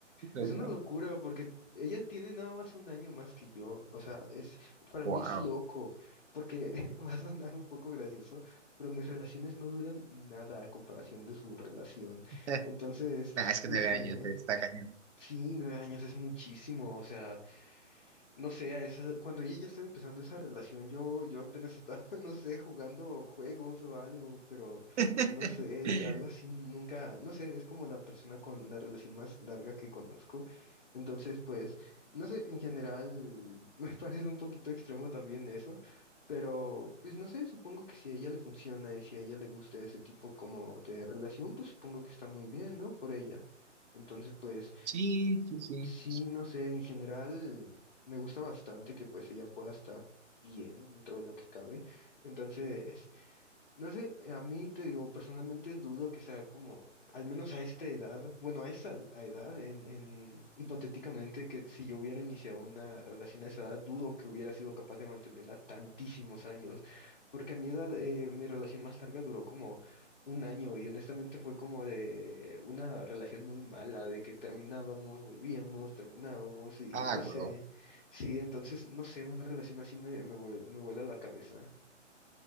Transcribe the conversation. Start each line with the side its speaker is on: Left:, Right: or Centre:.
Right: Wow.
Left: Es una locura porque ella tiene nada más un año más que yo. O sea, es, para
Right: Wow.
Left: mí es loco, porque <laughs> va a sonar un poco gracioso, pero mis relaciones no duran nada a comparación de su relación.
Right: <laughs>
Left: Entonces,
Right: Nah, es que
Left: no
Right: nueve
Left: sé,
Right: años, eh, está cañón.
Left: sí, nueve años es muchísimo. O sea, no sé, a esa- cuando ella ya estaba empezando esa relación, yo, yo apenas estaba, <laughs> no sé, jugando juegos o algo, pero
Right: <laughs>
Left: no sé, algo así nunca, no sé, es como la persona con la relación más larga que conozco. Entonces, pues, no sé, en general <laughs> me parece un poquito extremo también eso, pero pues no sé, supongo que si a ella le funciona y si a ella le gusta ese tipo como de relación, pues supongo que está muy bien, ¿no? Por ella. Entonces, pues...
Right: Sí, sí, sí.
Left: Sí, no sé, en general, me gusta bastante que pues ella pueda estar bien dentro de lo que cabe. Entonces, no sé, a mí te digo, personalmente dudo que sea como, al menos a esta edad, bueno, a esa a edad, en, en, hipotéticamente, que si yo hubiera iniciado una relación a esa edad, dudo que hubiera sido capaz de mantenerla tantísimos años, porque a mi edad, eh, mi relación más larga duró como un año y honestamente fue como de una relación muy mala, de que terminábamos, volvíamos, terminábamos y
Right: Ah,
Left: no sé,
Right: güey.
Left: sí, entonces, no sé, una relación así me, me, vuel- me vuela la cabeza.